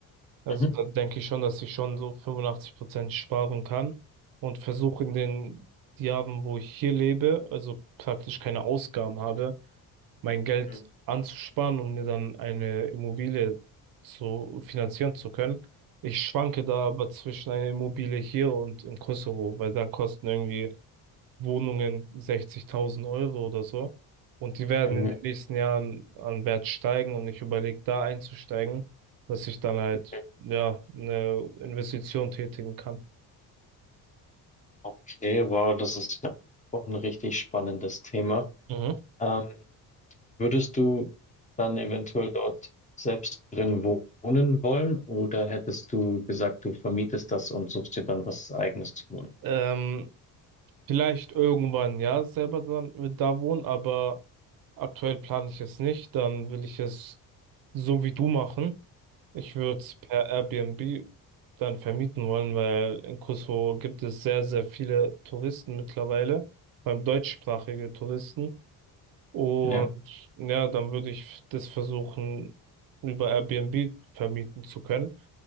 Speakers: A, on the right; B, on the left.
A: Also
B: Mhm.
A: da denke ich schon, dass ich schon so 85 Prozent sparen kann und versuche in den Jahren, wo ich hier lebe, also praktisch keine Ausgaben habe, mein Geld
B: Mhm.
A: anzusparen und mir dann eine Immobilie zu finanzieren zu können. Ich schwanke da aber zwischen einer Immobilie hier und im Kosovo, weil da kosten irgendwie Wohnungen 60.000 Euro oder so. Und die werden
B: Mhm.
A: in den nächsten Jahren an Wert steigen und ich überlege, da einzusteigen, dass ich dann halt,
B: Mhm.
A: ja, eine Investition tätigen kann.
B: Okay, wow, das ist ja auch ein richtig spannendes Thema.
A: Mhm.
B: Ähm, würdest du dann eventuell dort selbst drin wohnen wollen oder hättest du gesagt, du vermietest das und suchst dir dann was Eigenes zu wohnen?
A: Ähm, Vielleicht irgendwann, ja, selber dann mit da wohnen, aber aktuell plane ich es nicht. Dann will ich es so wie du machen. Ich würde es per Airbnb dann vermieten wollen, weil in Kosovo gibt es sehr, sehr viele Touristen mittlerweile, vor allem deutschsprachige Touristen. Und
B: Ja,
A: ja, dann würde ich das versuchen, über Airbnb vermieten zu können.